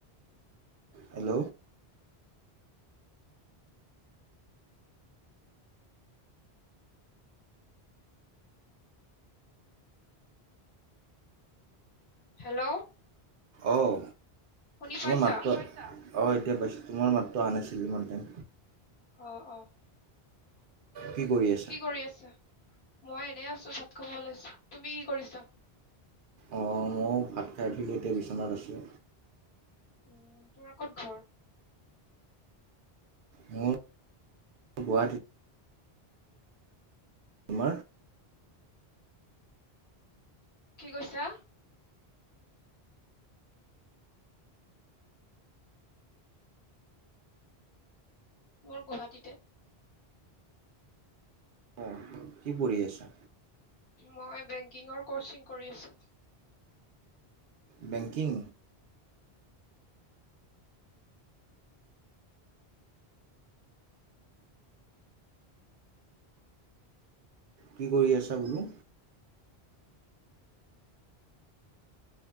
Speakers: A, on the right (about 60°); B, on the left (about 75°).
A: হেল্ল'।
B: হেল্ল'।
A: অঁ।
B: শুনি
A: তোমাৰ
B: পাইছা
A: মাতটো, অঁ' এতিয়া পাইছোঁ, তোমাৰ মাতটো অহা নাছিল ইমানকে।
B: অহ'-অহ'।
A: কি কৰি আছা?
B: কি কৰি আছা, মই এনেই আছো ভাত খাব ওলাইছোঁ, তুমি কি কৰিছা?
A: অঁ' মইও ভাত খাই উঠিলৈ এতিয়া বিচনাত আছোঁ।
B: উমঁ' তোমাৰ ক'ত ঘৰ?
A: মোৰ গুৱাহাটীত তোমাৰ
B: কি কৈছা? মোৰ গুৱাহাটীতে।
A: অঁ। কি পঢ়ি আছা?
B: মই বেংকিঙৰ কৰ্চিং কৰি আছোঁ।
A: বেংকিং। কি কৰি আছা বোলো?